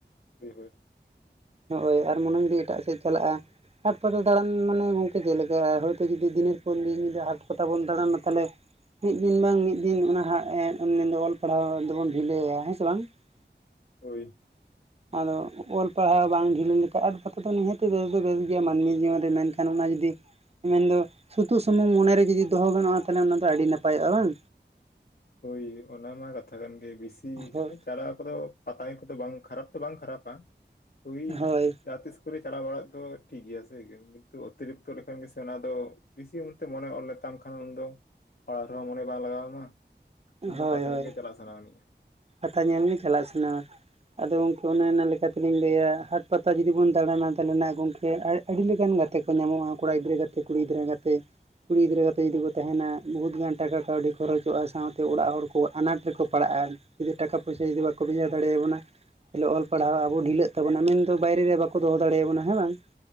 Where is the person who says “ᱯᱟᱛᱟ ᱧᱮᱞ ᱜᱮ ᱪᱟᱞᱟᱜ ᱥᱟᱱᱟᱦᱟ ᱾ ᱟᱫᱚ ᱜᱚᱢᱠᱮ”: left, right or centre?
Right